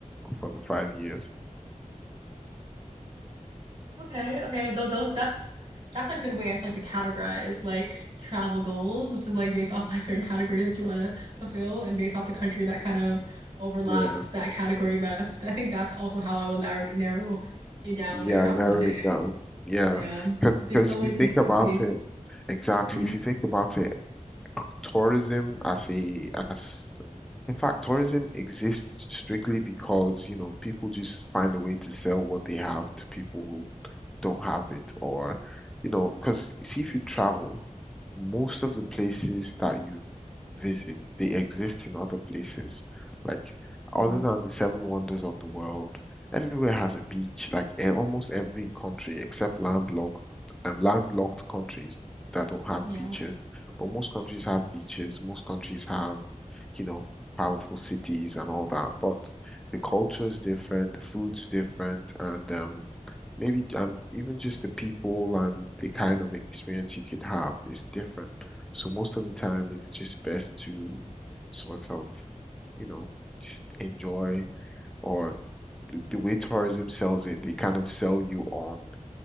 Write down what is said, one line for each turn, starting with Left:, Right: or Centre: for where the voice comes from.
Centre: for the five years. <laughs>
Right: Okay, okay. Though those that's that's a good way I feel like to categorize like travel goals, which is like based <laughs> off like certain categories that you want to fulfill and based off the country that kind of overlaps
Centre: Yeah.
Right: that category best. I think that's also how I will narrow narrow it down
Centre: Yeah,
Right: when I travel
Centre: I narrow
Right: one day.
Centre: it down. Yeah.
Right: Yeah,
Centre: Because
Right: because there's so
Centre: if
Right: many
Centre: you
Right: places
Centre: think about
Right: to see.
Centre: it, exactly,
Right: hmm
Centre: if you think about it, uh, tourism as a as in fact, tourism exists strictly because, you know, people just find a way to sell what they have to people who don't have it or, you know, because see if you travel. most of the places that you visit, they exist in other places. Like, other
Right: Mm.
Centre: than the seven wonders of the world, everywhere has a beach. Like, e- almost every country except landlocked um, landlocked countries that don't have
Right: Yeah.
Centre: beaches. But most countries have beaches. Most countries have, you know, powerful cities and all that. But the culture is different, the food's different, and um, maybe and even just the people and the kind of experience you could have is different. So most of the time, it's just best to sort of, you know, just enjoy or the, the way tourism sells it, they kind of sell you on